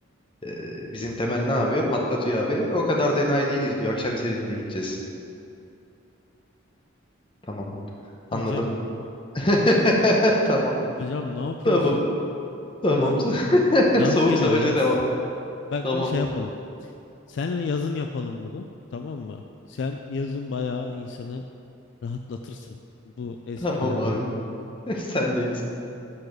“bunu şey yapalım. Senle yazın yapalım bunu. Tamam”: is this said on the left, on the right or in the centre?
Left